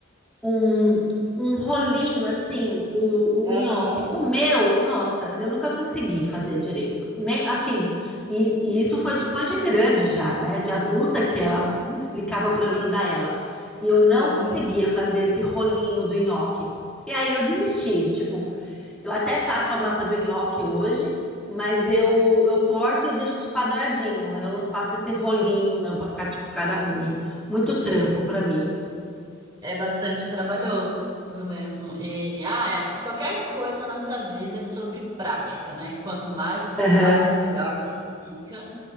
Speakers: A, in the centre; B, on the right (about 20°).
A: um, um rolinho assim, o,
B: Aham,
A: o nhoque. O meu, nossa, eu nunca consegui fazer direito. Nem assim, e, e isso foi depois de grande já, né? De adulta que ela me explicava para ajudar ela. E eu não
B: aham.
A: conseguia fazer esse rolinho do nhoque. E aí eu desisti, tipo, eu até faço a massa do nhoque hoje, mas eu, eu corto e deixo os quadradinhos. Eu não faço esse rolinho, não, para ficar tipo caramujo. Muito trampo
B: <laughs>
A: para mim.
B: É bastante trabalhoso mesmo. E ah, é- qualquer coisa nessa vida é sobre prática, né? Quanto mais você
A: Aham,
B: faz, melhor você fica.